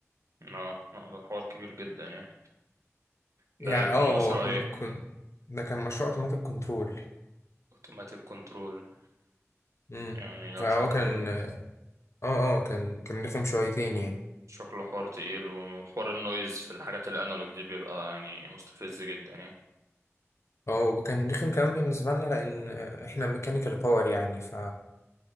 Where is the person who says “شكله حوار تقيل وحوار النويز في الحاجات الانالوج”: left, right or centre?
Right